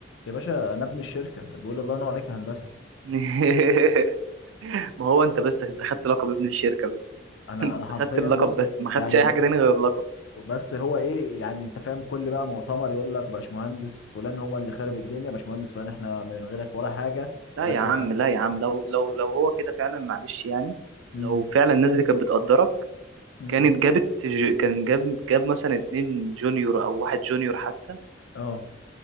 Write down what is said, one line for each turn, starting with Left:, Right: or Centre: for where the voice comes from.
Left: يا باشا انا ابن الشركه بيقول الله ينور عليك يا هندسه
Right: <laughs> ما هو انت بس انت خدت لقب ابن الشركة بس
Left: انا
Right: <laughs> انت
Left: انا حرفيا
Right: خدت اللقب
Left: بص
Right: بس ما خدتش
Left: يعني
Right: اي
Left: ب...
Right: حاجة تاني غير اللقب
Left: بس هو ايه يعني انت فاهم كل بقى مؤتمر يقول لك باشمهندس فلان هو اللي خارب الدنيا باشمهندس فلان احنا من غيرك ولا حاجه
Right: لا
Left: بس
Right: يا عم
Left: انا
Right: لا يا عم لو لو لو هو كده فعلا معلش يعني
Left: امم
Right: لو فعلا الناس دي كانت بتقدرك
Left: امم
Right: كانت جابت ج- كان جاب جاب مثلا اتنين جونيور او واحد جونيور حتى
Left: اه